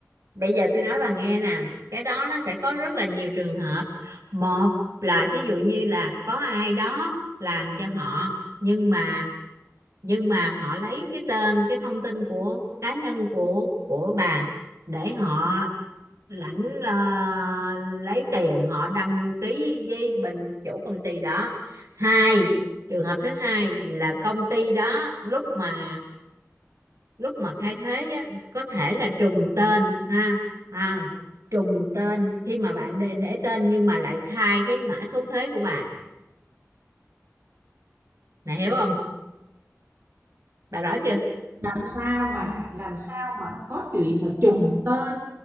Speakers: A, on the right; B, on the right.
A: bây giờ tôi nói bà nghe nè cái đó nó sẽ có rất là nhiều trường hợp một là thí dụ như là có ai đó làm cho họ nhưng mà nhưng mà họ lấy cái tên cái thông tin của cá nhân của của bà để họ lãnh ờ, lấy tiền họ đăng ký với bên chủ công ty đó hai trường hợp thứ hai là công ty đó lúc mà lúc mà khai thuế á, có thể là trùng tên ha à, trùng tên khi mà bạn để, để tên nhưng mà lại khai cái mã số thuế của bà này hiểu không bà rõ chưa
B: làm sao mà
A: Ừ.
B: làm sao mà có chuyện mà trùng tên